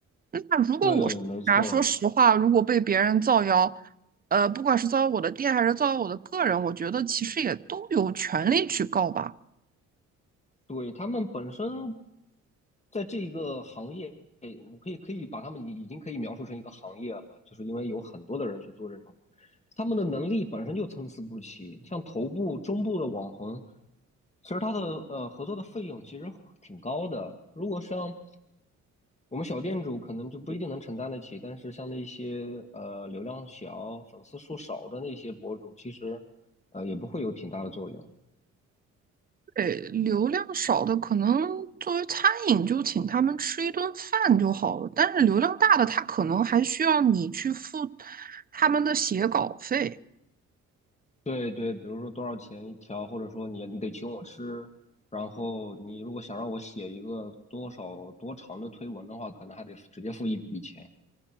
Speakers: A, on the right; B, on the left.
A: 那如果我是啊，
B: 对，没错，
A: 说实话，如果被别人造谣，呃，不管是造谣我的店还是造谣我的个人，我觉得其实也都有权利去告吧。
B: 对，他们本身在这一个行业，我可以可以把他们已已经可以描述成一个行业了，就是因为有很多的人去做这种，他们的能力本身就参差不齐。像头部、中部的网红，其实他的呃合作的费用其实挺高的。如果像我们小店主，可能就不一定能承担得起，但是像那些呃流量小、粉丝数少的那些博主，其实呃也不会有挺大的作用。
A: 对，流量少的可能作为餐饮就请他们吃一顿饭就好了，但是流量大的他可能还需要你去付他们的写稿费。
B: 对对，比如说多少钱一条，或者说你你得请我吃，然后你如果想让我写一个多少多长的推文的话，可能还得直接付一笔钱。